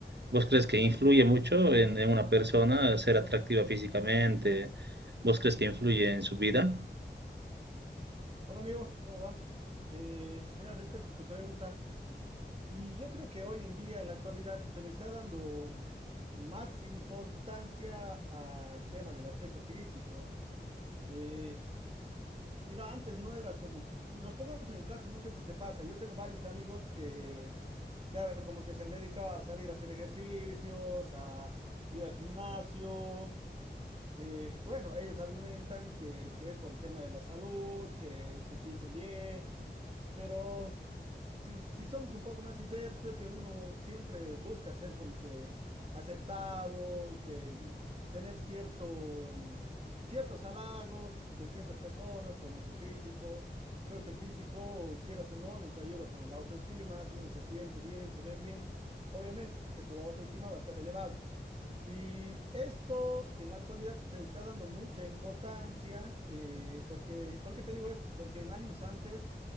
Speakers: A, on the right; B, on the right.
A: ¿Vos crees que influye mucho en, en una persona ser atractiva físicamente? ¿Vos crees que influye en su vida?
B: Hola amigo, ¿cómo va? Eh, mira, respecto a tu pregunta, y yo creo que hoy en día, en la actualidad, se le está dando más importancia al tema del aspecto físico. Eh, mira, antes no era como, nos pongamos en el caso, no sé si te pasa, yo tengo varios amigos que, que ahora como que se han dedicado a salir a hacer ejercicios, a ir al gimnasio. Eh, bueno, ellos argumentan que, que es por el tema de la salud, que se sienten bien. Pero si, si somos un poco más sinceros, creo que uno siempre busca ser como que aceptado, que tener cierto, mm, ciertos halagos de ciertas personas por nuestro físico. Creo que el físico, quieras o no, nos ayuda con el autoestima. Si uno se siente bien, se ve bien, obviamente tu autoestima va a estar elevado. Y esto en la actualidad se está dando mucha importancia, eh, porque, ¿por qué te digo esto? Porque en años antes